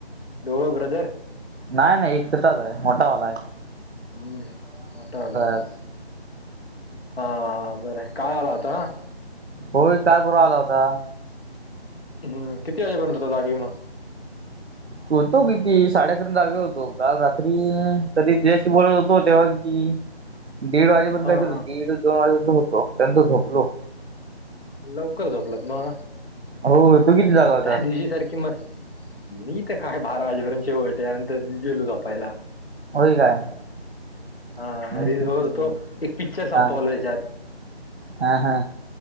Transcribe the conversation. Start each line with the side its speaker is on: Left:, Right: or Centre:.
Left: दोघ ब्रदर.
Right: नाही नाही एक प्रकार <unintelligible> आलाय.
Left: हम्म मोठा आला.
Right: आज.
Left: हा बरं हाय, काय आला होता ना?
Right: होय का बर आला होता?
Left: हम्म, किती वाजे पर्यंत होता जागे मग?
Right: होतो किती साडे अकरा पर्यंत जागे होतो. काल रात्री तरी जस्ट बोलत होतो तेव्हा की दीड वाजेपर्यंत
Left: हा
Right: काय
Left: हा
Right: दीड दोन वाजेपर्यंत होतो त्या नंतर झोपलो
Left: लवकर झोपलात म?
Right: होत तू किती जागा होतास
Left: त्या दिवशी सारखी मस्, मी तर काय बारा वाजेपर्यंत शेवट त्यानंतर गेलो झोपायला.
Right: होय काय
Left: हा
Right: हम्म
Left: रील
Right: हम्म
Left: बघत होतो एक पिक्चर संपवला
Right: हा
Left: याच्यात
Right: हा हा,